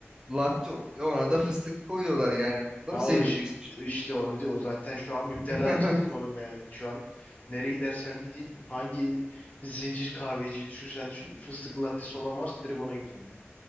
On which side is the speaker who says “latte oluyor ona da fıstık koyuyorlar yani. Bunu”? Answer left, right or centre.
Right